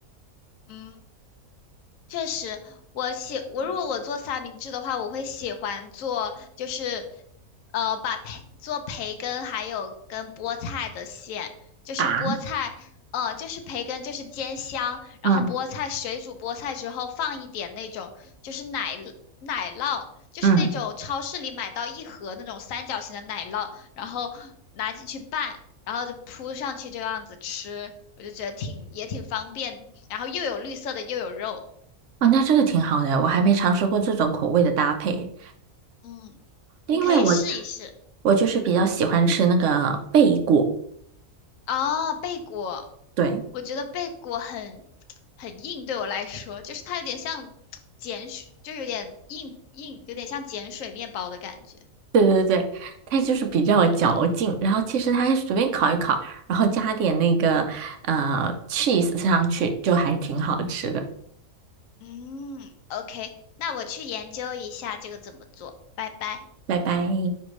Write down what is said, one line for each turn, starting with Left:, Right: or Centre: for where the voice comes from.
Left: 嗯。确实，我喜我如果我做三明治的话，我会喜欢做就是，呃，把培做培根还有跟菠菜的馅，就是菠菜，
Right: 啊，
Left: 呃，就是培根就是煎香，然后菠菜水煮菠菜之后放一点那种就是奶奶酪，
Right: 嗯
Left: 就是那种超市里买到一盒那种三角形的奶酪，
Right: 嗯，
Left: 然后拿进去拌，然后就铺上去这样子吃，我就觉得挺也挺方便，然后又有绿色的又有肉。
Right: 哦，那这个挺好的，我还没尝试过这种口味的搭配。
Left: 嗯，
Right: 因为我
Left: 你可以试一试。
Right: 我就是比较喜欢吃那个贝果，
Left: 哦，贝果，
Right: 对
Left: 我觉得贝果很很硬，对我来说，就是它有点像碱水，就有点硬硬，有点像碱水面包的感觉。
Right: 对对对，它就是比较有嚼劲。然后其实它随便烤一烤，然后加点那个呃 cheese 上去，就还挺好吃的。
Left: 嗯，OK，那我去研究一下这个怎么做，拜拜。
Right: 拜拜。